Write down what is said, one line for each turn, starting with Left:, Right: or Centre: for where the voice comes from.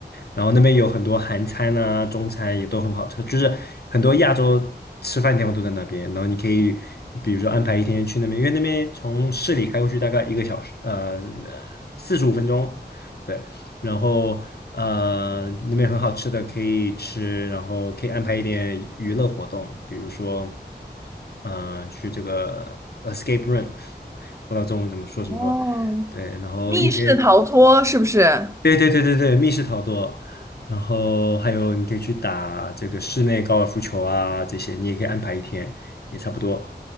Left: 然后那边有很多韩餐啊、中餐也都很好吃，就是很多亚洲吃饭地方都在那边。然后你可以比如说安排一天去那边，因为那边从市里开过去大概一个小时，呃，四十五分钟，对。然后呃那边很好吃的可以吃，然后可以安排一点娱乐活动，比如说嗯、呃去这个 escape room，不知道中文怎么说什么说，
Right: 哦，
Left: 对，然后一些。
Right: 密室逃脱是不是？
Left: 对对对对对，密室逃脱，然后还有你可以去打这个室内高尔夫球啊，这些你也可以安排一天，也差不多。